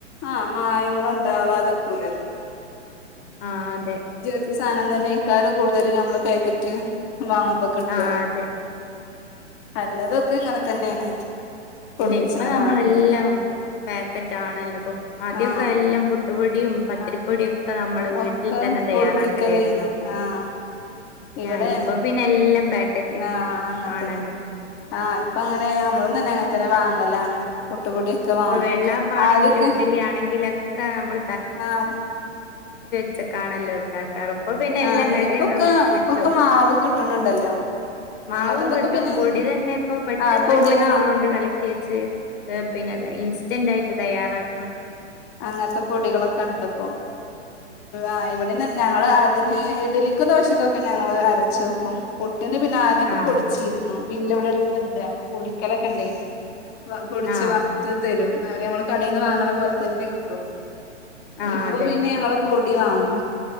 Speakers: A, on the left; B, on the left.
A: ആ മായങ്ങളുണ്ടാവാതൊക്കൂലല്ലോ
B: ആഹ അതെ
A: ഈ സാധനം തന്നെ ഇക്കാലം കൂടുതലും നമ്മള് പാക്കറ്റ് വാങ്ങുമ്പോ കിട്ടുക
B: ആ അതെ
A: നല്ലതൊക്കെ ഇങ്ങനെ തന്നെയാണ്
B: പിന്നെ
A: പൊടിപ്പിച്ചണതാണ്
B: ഇപ്പ നമ്മളെല്ലാം പാക്കറ്റ് ആണല്ലോ ഇപ്പൊ ആദ്യൊക്കെ
A: ആഹ്
B: എല്ലാം പുട്ട്പൊടി ടിയും പത്തിരിപ്പൊടിയൊക്കെ
A: ആ
B: നമ്മള് വീട്ടിൽ
A: ഒക്കെ
B: തന്നെ തയ്യാറാക്കലായിരുന്നു
A: പൊടിപ്പിക്കലേനി ആഹ് ഇവിടെ
B: ആ ഇപ്പൊ പിന്നെ എല്ലാം പാക്കറ്റ്
A: ആഹ് അങ്ങൻത്തന്നെ
B: ആണല്ലേ
A: ആഹ് ഇപ്പൊ അങ്ങനെ നമ്മളും തന്നെ അങ്ങനത്തന്നെ വാങ്ങലാണ് പുട്ട് പൊടിയൊക്കെ വാങ്ങും
B: ഇപ്പൊ വെള്ളാപ്പാണെങ്കിലും
A: ആദ്യക്കെ
B: ഇഡ്ഡലി ആണെങ്കിലൊക്കെ നമ്മൾ
A: ആഹ
B: പച്ച ക്കാണല്ലോ ഉണ്ടാക്കാറ് ഇപ്പൊ പിന്നെ എല്ലാം
A: ആഹ്
B: കടേന്നു
A: ഇപ്പൊക്കെ
B: നമക്ക് കിട്ടും
A: ഒക്കെ മാവ് കിട്ടണ് ണ്ടല്ലോ
B: മാവും
A: അങ്ങൻത്തതൊക്കെ
B: കിട്ടും
A: പിന്നെ
B: പൊടി തന്നെ ഇപ്പൊ പെട്ടെന്ന്
A: ആഹ് പൊടി
B: ഒരു മണിക്കൂറോണ്ട്
A: ആഹ്
B: കലക്കി വെച്ച് ഏഹ് പിന്നല്ലെ ഇൻസ്റ്റന്റ് ആയിട്ട് തയ്യാറാക്ക
A: അങ്ങനത്തെ പൊടികളൊക്കെണ്ട്പ്പോ ആ ഇവിടെന്ന ഞങ്ങള് അതിന് ഇഡ്ഡലിക്കും ദോശകൊക്കെ ഞങ്ങള് അരച്ചു വെക്കും പുട്ടിനു പിന്നെ ആദ്യക്കെ
B: ആ
A: പൊടിച്ചിര് ന്ന്‌ മില്ല് ഇവിടെ എടുത്തണ്ട് അപ്പൊ പൊടിക്കലൊക്കെ ഇണ്ടായിന് പൊടിച്ച്
B: ആ
A: വറുത്ത് തരും അവര് ഞമ്മൾ കടയിൽന്ന് വാങ്ങണ പോലെ തന്നെ കിട്ടും
B: ആ
A: ഇപ്പൊ
B: അതെ
A: പിന്നെ ഞങ്ങള് പൊടി വാങ്ങ